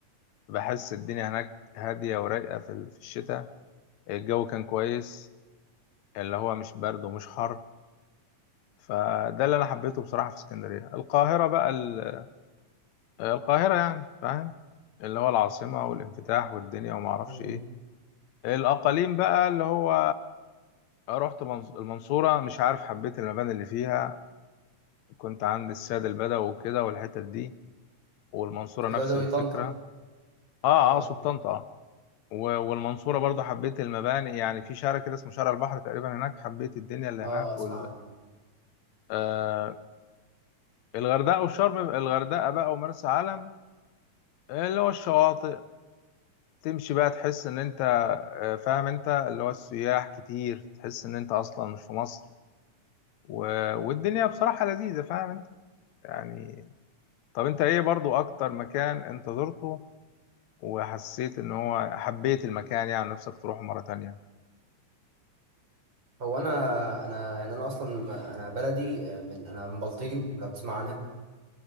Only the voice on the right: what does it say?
مم.
العدوي
طنطا
اه
اه
اسمع
عنه
هو انا انا يعني انا اصلا ما- انا بلدي آه، من انا من بلطيم لو تسمع عنها